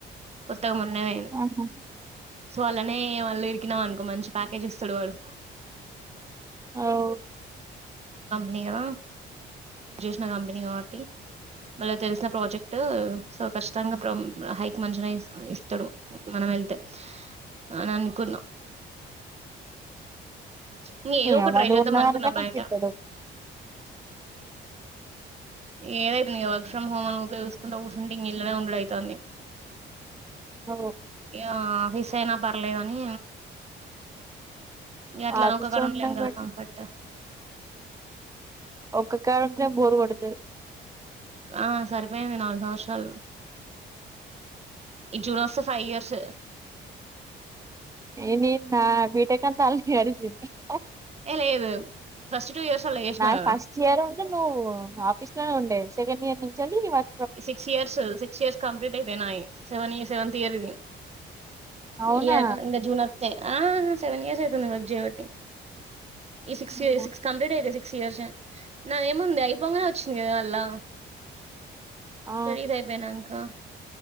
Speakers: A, on the right (about 30°); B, on the right (about 15°).
A: త్త ఉన్నవను
B: ఆహా
A: సో అలానే మళ్ళు ఇరికినాం అనుకో మంచి ప్యాకేజ్ ఇస్తాడు వాడు
B: అవు
A: కడ చేసిన కంపెనీ కాబట్టి మళ్ళ తెలిసిన ప్రాజెక్ట్ సో ఖచ్చితంగా హైక్ మంచిగా ఇస్తాడు మనం వెళ్తే అని అనుకున్నాం ఇంక ఏదో ఒక
B: అమంట
A: ట్రై చేద్దాం
B: ఉన్న
A: అనుకున్నా
B: కనక నీకుట్టడు
A: బయట ఏదైతుందిీ వర్ ఫ్రమ్ హోమ్ అనుకో చూసుకుంటూ కూర్ుంటే ఇ న ఇల్ళనే ఉండడు అవుతుంది
B: ఓ
A: ఆ రీసయినా పర్లేదని ఎట్లా
B: ఆఫీస్
A: నౌకా కడు
B: లో ఉండం
A: లేం కదా
B: బట్టి
A: కంఫర్ట్ ఆ
B: ఒక్క కారంటం బూరు కొడుతు
A: ఆ సరిపోయింది నాలుగు సంవత్సరాలు ఈ చూరీ వస్తే ఫైవ్ ఇయర్స్
B: ఏ నెన్ నా బి టెక్ అంత <unintelligible>
A: ఏ లేడు ఫస్ట్ టూ ఇయర్స్ అలా చేసినా
B: నా
A: కదా
B: ఫస్ట్ ఇయర్ ఉంటే నువ్వు ఆఫీస్ లోనే ఉండే సెకండియర్ నుంచెలి వల
A: six years six years complete అయితే నాయి సెవెన్ సెవెంత్ ఇయర్ ఇది
B: అవునా
A: ఇగ జూన్ ఆ సెవన్ ఇయర్స్ అయితుంది వర్క్ జయవటి ఈ సిక్స్
B: అమ్మో!
A: సిక్స్ కంప్లీట్ అయిది సి స్ ఇయర్ నా ఏమంది అయిపోంగనే వచ్చింది కదా అల్లా.
B: ఆ
A: స్టడీస్ ఐపోయానాక.